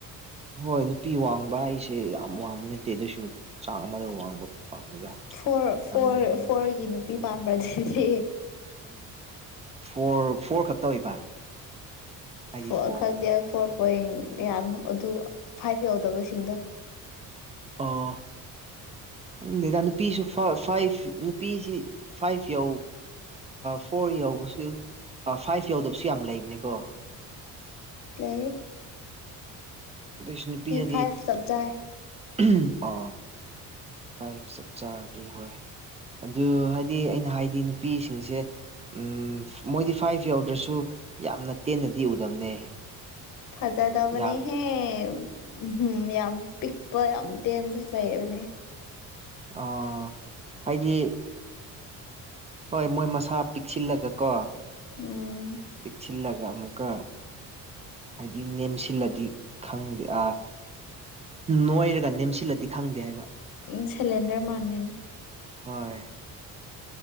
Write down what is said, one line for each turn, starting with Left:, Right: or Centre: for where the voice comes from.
Right: ꯍꯣꯏ ꯅꯨꯄꯤ ꯋꯥꯡꯕ ꯍꯥꯏꯁꯦ ꯌꯥꯝ ꯋꯥꯡꯕ ꯅꯠꯇꯦ ꯑꯗꯨꯏꯁꯨ ꯆꯥꯡ ꯑꯃꯗ ꯋꯥꯡꯕ ꯄꯥꯝꯃꯤꯗ
Left: ꯐꯣꯔ ꯐꯣꯔ
Right: ꯌꯥꯝ ꯅꯦꯝꯅ
Left: ꯐꯣꯔꯒꯤ ꯅꯨꯄꯤ ꯄꯥꯝꯕꯔꯥꯗꯨꯗꯤ
Right: ꯐꯣꯔ ꯐꯣꯔ ꯈꯛꯇ ꯑꯣꯏꯕ ꯍꯥꯏꯗꯤ
Left: ꯐ
Right: ꯐꯣꯔ
Left: ꯈꯪꯗꯦ ꯐꯣꯔ ꯄꯣꯏꯟ ꯀꯌꯥꯅꯣ ꯑꯗꯨ ꯐꯥꯏꯚ ꯌꯧꯗꯕꯁꯤꯡꯗꯣ
Right: ꯑꯣ ꯈꯪꯗꯦꯗ ꯅꯨꯄꯤꯁꯨ ꯐꯥꯏꯚ ꯅꯨꯄꯤꯁꯤ ꯐꯥꯏꯚ ꯐꯣꯔ ꯌꯧꯕꯁꯨ ꯐꯥꯏꯚ ꯌꯧꯗꯕꯁꯨ ꯌꯥꯝ ꯂꯩꯕꯅꯤꯀꯣ
Left: ꯄ꯭ꯂꯦ
Right: ꯑꯗꯨꯢꯁꯨ ꯅꯨꯄꯤꯗꯗꯤ
Left: ꯐꯥꯏꯚ ꯆꯞ ꯆꯥꯏ
Right: ꯑꯝ ꯑꯥ ꯐꯥꯏꯚ ꯆꯞ ꯆꯥꯔꯗꯤ ꯍꯧꯌꯦ ꯑꯗꯨ ꯍꯥꯏꯗꯤ ꯑꯩꯅ ꯍꯥꯏꯗꯤ ꯅꯨꯄꯤꯁꯤꯡꯁꯦ ꯎꯝ ꯃꯣꯏꯗꯤ ꯐꯥꯏꯚ ꯌꯎꯗ꯭ꯔꯁꯨ ꯌꯥꯝꯅ ꯇꯦꯟꯅꯗꯤ ꯎꯗꯕꯅꯦ
Left: ꯐꯖꯥꯗꯕꯅꯦꯍꯦ
Right: ꯌꯥꯝ
Left: ꯎꯝꯍꯝ ꯌꯥꯝ ꯄꯤꯛꯄ ꯌꯥꯝ ꯇꯦꯟꯕꯁꯨ ꯂꯩꯕꯅꯦ
Right: ꯑ ꯍꯥꯏꯗꯤ ꯍꯣꯏ ꯃꯣꯏ ꯃꯁꯥ ꯄꯤꯛꯁꯤꯜꯂꯒ ꯀꯣ
Left: ꯎꯝ
Right: ꯄꯤꯛꯁꯤꯜꯂꯒ ꯑꯃꯨꯛꯀ ꯍꯥꯏꯗꯤ ꯅꯦꯝꯁꯤꯜꯂꯗꯤ ꯈꯪꯗꯦ ꯑꯥ ꯅꯣꯏꯔꯒ ꯅꯦꯝꯁꯤꯜꯂꯗꯤ ꯈꯪꯗꯦ ꯍꯥꯏꯕ
Left: ꯎꯝ ꯁꯤꯂꯦꯗꯔ ꯃꯥꯟꯒꯅꯤ
Right: ꯍꯣꯢ